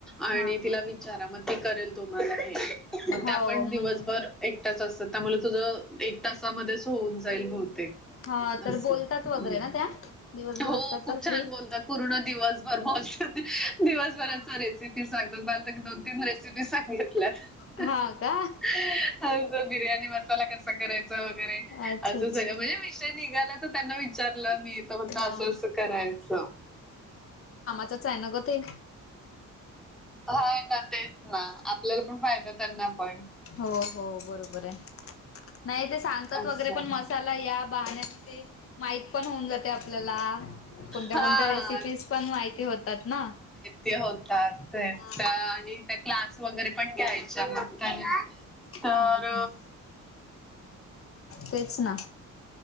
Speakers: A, in the centre; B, on the left.
A: आणि
B: हा
A: तिला
B: हा
A: विचारा मग ती करेल तुम्हाला हे, मग
B: हो
A: त्या पण
B: मग
A: दिवसभर एकट्याच असतात, त्यामुळे तुझ एक तासामध्येच होऊन जाईल बहुतेक. अस
B: हा तर बोलतात
A: हो
B: वगैरे ना त्या दिवसभर असतात
A: खूप
B: तर
A: छान
B: फ्री
A: बोलतात. पूर्ण दिवसभर ब <unintelligible> दिवसभराच्या रेसिपी सांगतात मला तर की दोन तीन रेसिपी मी सांगितलंस
B: हा
A: <unintelligible>
B: का
A: अ बिर्याणी मसाला कसा करायचा वगैरे.
B: अच्छा
A: असं
B: अच्छा
A: सगळं म्हणजे विषय निघाला तर त्यांना विचारलं मी म्हणत
B: हा
A: असं असं करायचं.
B: च आहे ना ग ते
A: हा ना तेच ना आपल्याला पण फायदा त्यांना पण
B: हो हो बरोबर आहे नाही ते सांग हातत
A: असं.
B: वगैरे पण मसाला या बहण्या ते माईक पण होऊन जाते आपल्याला. कोणत्या
A: हा
B: कोणत्या रेसिपीज पण माहिती होतात ना.
A: ते होतात ते
B: हा
A: त्या आणि त्या क्लास वगैरे पण घ्यायच्याग त्याना
B: हम्म
A: तर
B: हम्म तेच ना